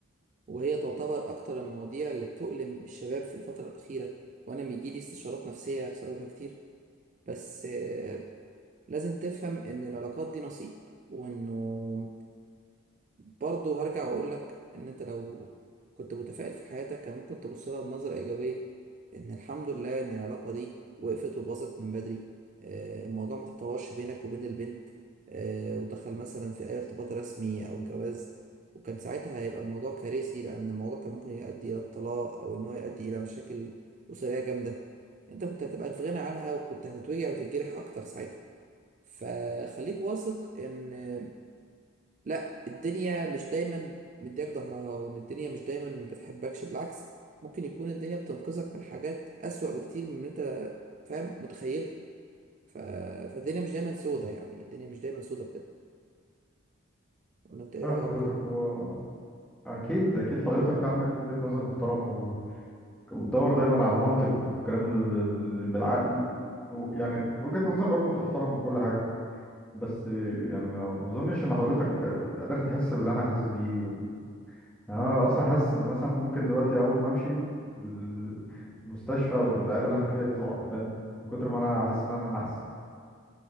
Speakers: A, on the right; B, in the centre.
A: وهي تعتبر أكتر المواضيع اللي بتؤلم الشباب في الفترة الأخيرة وأنا بيجيلي استشارات نفسية بسببها كتير بس آه، لازم تفهم إن العلاقات دي نصيب وإنه برضه هرجع واقول لك ان انت لو كنت متفائل في حياتك كان ممكن تبص لها بنظرة ايجابية ان الحمد لله ان العلاقة دي وقفت وباظت من بدري آه، الموضوع ما تطورش بينك وبين البنت آه، ودخل مثلا في اي ارتباط رسمي او جواز وكان ساعتها هيبقى الموضوع كارثي لان الموضوع كان ممكن يؤدي الى الطلاق او ان هو يؤدي الى مشاكل اسرية جامدة انت كنت هتبقى في غنى عنها وكنت هتتوجع وتتجرح اكتر ساعتها فخليك واثق ان لا الدنيا مش دايما مديك ظهرها وان الدنيا مش دايما ما بتحبكش بالعكس ممكن يكون الدنيا بتنقذك من حاجات اسوأ بكتير من ما انت فاهم متخيلها ف... فالدنيا مش دايما سودة يعني الدنيا مش دايما سودة بجد ولا انت ايه
B: فاهم
A: رأيك؟
B: حضرتك هو أكيد أكيد حضرتك عندك وجهة نظر محترمة و- وبتدور دايما على المنطق والكلام ال- ال- بالعقل و- يعني وجهة نظر برضو تحترم وكل حاجة بس يعني ما أظنش إن حضرتك قادر تحس باللي أنا حاسس بيه يعني انا اصلا حاسس ان مثلا ممكن دلوقتي اول ما امشي ال- المستشفى والعياده اللي احنا فيها دي تقع فاهم من كتر ما انا حاسس ان انا نحس